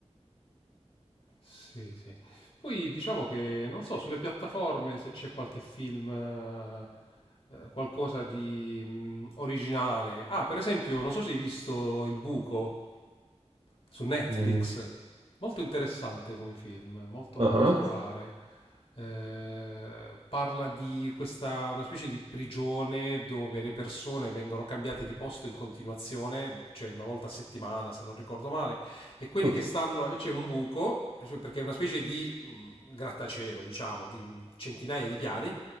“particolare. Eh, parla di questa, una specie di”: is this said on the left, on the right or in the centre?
Left